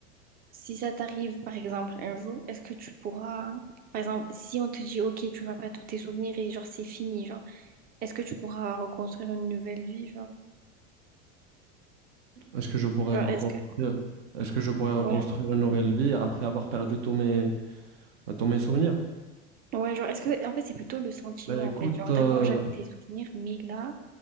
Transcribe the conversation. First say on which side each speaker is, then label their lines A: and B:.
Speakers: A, on the right (about 30°); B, on the right (about 75°).
A: si ça t'arrive, par exemple, un jour, est-ce que tu pourras... Par exemple, si on te dit, ok, tu vas pas tous tes souvenirs et genre c'est fini, genre, est-ce que tu pourras reconstruire une nouvelle vie, genre?
B: Est-ce que je pourrais
A: Genre,
B: reconstruire,
A: est-ce que...
B: est-ce que je pourrais
A: Ouais.
B: reconstruire une nouvelle vie après avoir perdu tous mes, tous mes souvenirs?
A: Ouais, genre, est-ce que... En fait, c'est plutôt le sentiment,
B: Ben écoute,
A: en fait. Genre,
B: euh,
A: d'accord, j'avais des souvenirs, mais là,